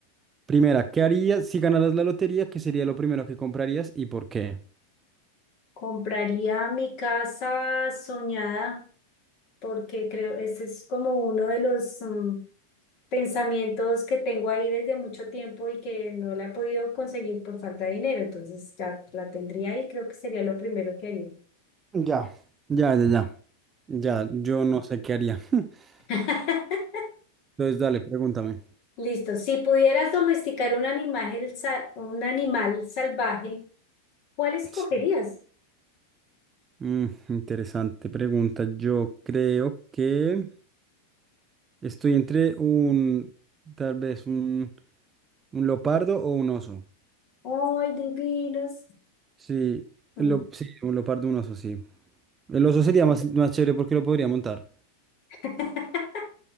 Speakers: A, on the right; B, on the left.
A: primera, ¿qué harías si ganaras la lotería? ¿Qué sería lo primero que comprarías y por qué?
B: Compraría mi casa soñada porque creo, ese es como uno de los mm, pensamientos que tengo ahí desde mucho tiempo y que no la he podido conseguir por falta de dinero. Entonces ya la tendría ahí, creo que sería lo primero que haría.
A: Ya. Ya, ya, ya. Ya, yo no sé qué haría. <laughs>
B: <laughs>
A: Entonces, dale, pregúntame.
B: Listo. Si pudieras domesticar un animal, sa- un animal salvaje, ¿cuál escogerías?
A: Sí. Mm, interesante pregunta. Yo creo que estoy entre un, tal vez un, un leopardo o un oso.
B: ¡Ay, divinos!
A: Sí,
B: Mm,
A: el lo- sí, un leopardo, un oso, sí. El oso sería más, más chévere porque lo podría montar.
B: <laughs>